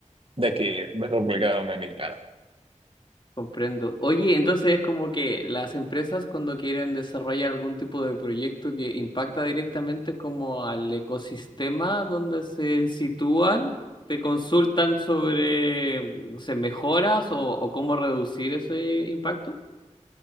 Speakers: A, on the right; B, on the left.
A: de aquí, de República Dominicana.
B: Comprendo. Oye, entonces es como que las empresas cuando quieren desarrollar algún tipo de proyecto que impacta directamente como al ecosistema donde se sitúan, te consultan sobre, no sé, mejoras o, o cómo reducir ese impacto.